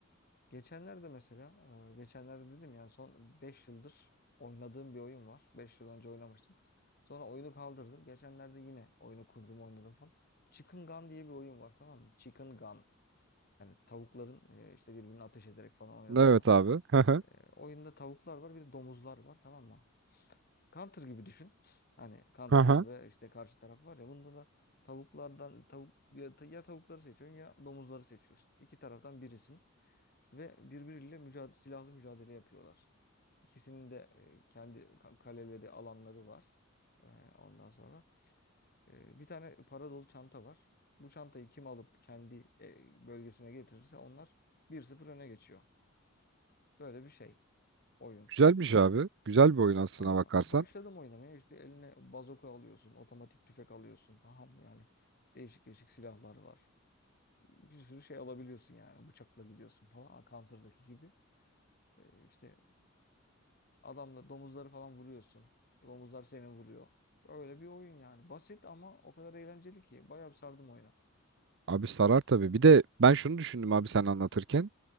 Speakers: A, on the left; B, on the right.
A: Geçenlerde mesela, e, geçenlerde dedim yani son 5 yıldır oynadığım bir oyun var. 5 yıl önce oynamıştım. Sonra oyunu kaldırdım. Geçenlerde yine oyunu kurdum, oynadım falan. Chicken Gun diye bir oyun var tamam mı? Chicken Gun. Yani tavukların e, işte birbirini ateş ederek falan oynadığı
B: Evet
A: bir oyun.
B: abi. <laughs> Hı hı.
A: E, oyunda tavuklar var, bir de domuzlar var tamam mı? Counter gibi düşün. Hani counter'lar
B: Hı hı.
A: ve işte karşı taraf var ya bunda da tavuklardan tavuk ya, ya tavukları seçiyorsun ya domuzları seçiyorsun. İki taraftan birisin ve birbiriyle mücadele, silahlı mücadele yapıyorlar. İkisinin de e, kendi ka- kaleleri, alanları var. E, Ondan sonra e, bir tane para dolu çanta var. Bu çantayı kim alıp kendi e, bölgesine getirirse onlar bir sıfır öne geçiyor. Böyle bir şey oyun.
B: Güzelmiş abi. Güzel bir oyun aslına
A: Ha
B: bakarsan.
A: başladım oynamaya işte eline bazoka alıyorsun, otomatik tüfek alıyorsun. Tamam mı? Yani değişik değişik silahlar var. Bir sürü şey alabiliyorsun yani bıçakla gidiyorsun falan. Counter'daki gibi. E, işte Adamla domuzları falan vuruyorsun. Domuzlar seni vuruyor. Öyle bir oyun yani. Basit ama o kadar eğlenceli ki. Bayağı bir sardım oyuna.
B: Abi sarar tabii. Bir de ben şunu düşündüm abi sen anlatırken.